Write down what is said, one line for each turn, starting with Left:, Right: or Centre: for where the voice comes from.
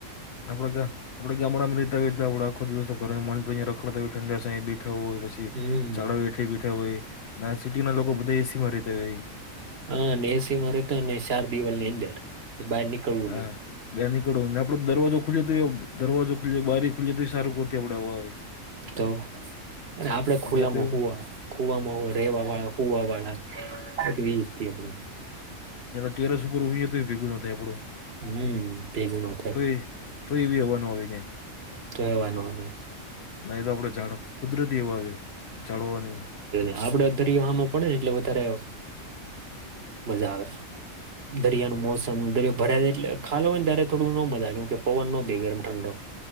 Left: આપડા આપે ગામડામાં રહેતા હોય આપ આખો દિવસ ઘર મન પણયા રખડતા હોય ઠંડા સા બેઠા હોયછી
Right: હમ
Left: ચાળો બેઠ બેઠા હોય ના સિટી ના લોકો બધા એસીમાં રતા હોય
Right: હા ને એસી મારે તો ને ચાર દવાલ ની અંદર બહાર નીકળવું
Left: હા
Right: નહી
Left: બે નીકળવો ને આપે દરવાજો ખુલીએ તો એ દરવાજો ખુલ બારી ખુલીએ તો એ સારું કરતી આપડે હવા આવે
Right: તો અને આપડે
Left: અહીંયા
Right: ખુલ્લામાં
Left: તો એવું
Right: હોવા ખુવામાં હો રેવા વાળા ખુવા વાળાવી આપ
Left: ટેરસ ઉપર ઉઈ તો ભેગું નથી આપડું
Right: હમ ભેગું ન થાય
Left: તો એ તો એવી હવાનું આવી જાય
Right: તો કવાનું હ
Left: ના એ તો આપડે જાડ કુદરતી એવા આવે જાળવાની
Right: આપડો દરિયોમાં પડે ને એટલે વધારે મજા આવે દરિયા નનું મોસમ દરિયો ભરાયે એટલે ખાો હોય ને ત્યારે થોડું ન મજા કેમ કે પવન નો દ ગરમ ઠંડો